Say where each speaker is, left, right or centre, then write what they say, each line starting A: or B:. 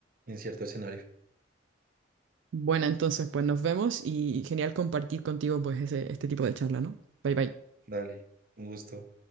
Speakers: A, on the right; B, on the right.
A: en cierto escenario.
B: Bueno, entonces pues nos vemos y genial compartir contigo pues ese- este tipo de charla, ¿no? Bye bye.
A: Dale, un gusto.